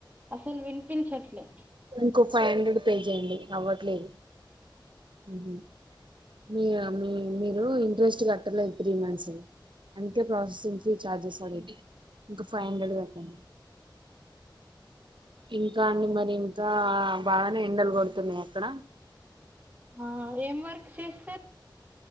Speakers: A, on the right; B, on the right.
A: అసలు వినిపించట్లే
B: ఇంకో ఫైవ్ హండ్రెడ్ పే చెయ్యండి అవ్వట్లేదు ఊహు మీ మీ మీరు ఇంట్రెస్ట్ కట్టలేదు త్రీ మంత్స్ ని అందుకే ప్రాసెసింగ్ ఫ్రీ చార్జెస్ అది ఇంకా ఫైవ్ హండ్రెడ్ కట్టాలి ఇంకా అండి మరి ఇంకా బాగానే ఎండలు కొడుతున్నాయ్ అక్కడ
A: ఆ ఏం వర్క్ చేస్